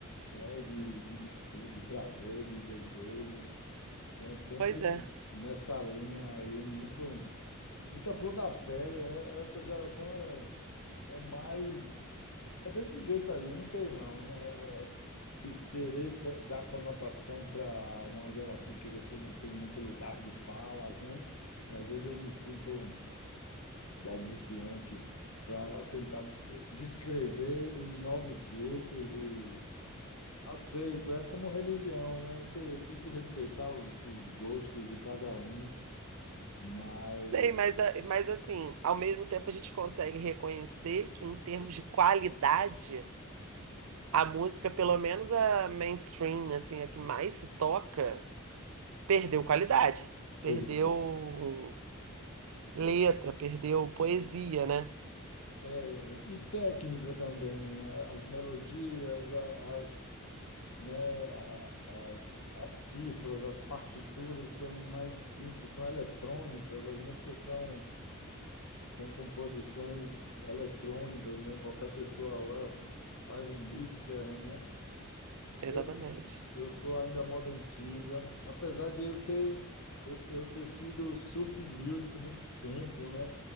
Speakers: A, on the left (about 75°); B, on the right (about 65°).
A: né, de, de, dispu- de prazer, de desejo, né? Sempre
B: pois é.
A: nessa linha aí, muito, muita flor da pele. é- Essa geração é É mais. É desse jeito aí, não sei não. É, fi- querer co- dar conotação para uma geração que você não tem muito lugar de fala, sabe? E às vezes eu me sinto balbuciante para tentar eh, descrever os novos gostos e aceito. É como religião, né? Você tem que respeitar os, os gostos de cada um, mas.
B: Sei, mas, a- mas assim, ao mesmo tempo a gente consegue reconhecer que em termos de qualidade, a música, pelo menos a mainstream, assim, a que mais se toca, perdeu qualidade. Perdeu
A: Per-
B: letra,
A: per-
B: perdeu poesia, né?
A: É, e técnica também, a- as melodias, a- as, né, a- as, as cifras, as partituras são mais simples, são eletrônicas, as músicas são, são composições eletrônicas, né? Qualquer pessoa agora faz um mixer, né?
B: Exatamente.
A: Eu, eu sou ainda moda antiga, apesar de eu ter, eu, eu ter sido surf music muito tempo, né?